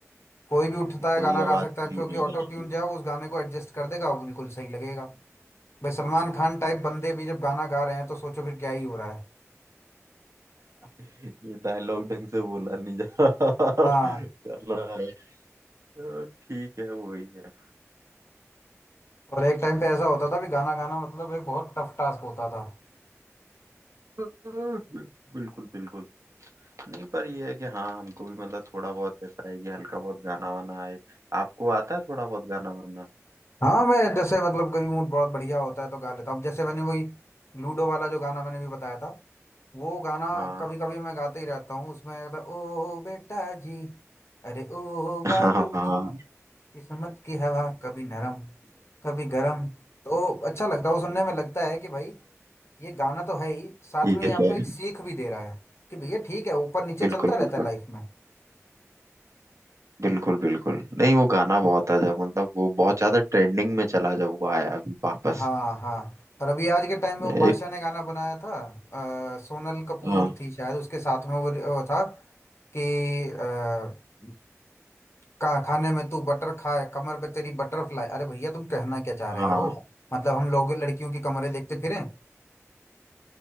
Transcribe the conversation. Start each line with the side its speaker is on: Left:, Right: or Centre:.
Right: कि
Left: कोई भी उठता
Right: उसी से
Left: है गाना
Right: ही
Left: गा
Right: आवाज
Left: सकता
Right: क्लीन
Left: है क्योंकि
Right: हो
Left: ऑटो
Right: जाती
Left: ट्यून
Right: है
Left: जो है वो उस गाने को एडजस्ट कर देगा वो बिल्कुल सही लगेगा भाई सलमान खान
Right: बिल्कुल
Left: टाइप बंदे भी जब गाना गा रहे हैं तो सोचो फिर क्या ही हो रहा है
Right: ये डायलॉग ढंग से बोला नहीं जा रहा
Left: हाँ
Right: गाना है अ, ठीक है वही है
Left: और एक टाइम पे ऐसा होता था भी गाना गाना मतलब एक बहुत टफ टास्क होता था
Right: अ, बिल्कुल बिल्कुल नहीं पर ये है कि हाँ हमको भी मतलब थोड़ा बहुत ऐसा है कि हल्का बहुत गाना वाना आए आपको आता है थोड़ा बहुत गाना वाना
Left: हाँ मैं जैसे मतलब कभी मूड बहुत बढ़िया होता है तो गा लेता हूँ जैसे मैंने वही लूडो वाला जो गाना मैंने भी बताया था वो गाना
Right: हाँ
Left: कभी कभी मैं गाते ही रहता हूँ उसमें कहता ओ बेटा जी अरे ओ बाबू
Right: हाँ
Left: जी किस्मत की हवा कभी नरम कभी गरम तो अच्छा लगता है वो सुनने में लगता है कि भाई ये गाना तो है ही साथ
Right: ये
Left: में ये आपको
Right: है
Left: एक सीख भी दे रहा है कि भैया ठीक है ऊपर नीचे
Right: बिल्कुल
Left: चलता रहता
Right: बिल्कुल
Left: है लाइफ में
Right: बिल्कुल बिल्कुल नहीं वो गाना बहुत है जब मतलब वो बहुत ज्यादा ट्रेंडिंग में चला जब वो आया अभी वापस
Left: हाँ हाँ और अभी आज के टाइम में वो बादशाह
Right: एक
Left: ने गाना बनाया था अ, सोनल कपूर
Right: हाँ
Left: थी शायद उसके साथ में वो, वो था कि अ, का खाने में तू बटर खाए कमर पे तेरी बटरफ्लाई अरे भैया तुम कहना क्या चाह रहे
Right: हाँ
Left: हो मतलब हम लोग लड़कियों की कमरे देखते फिरें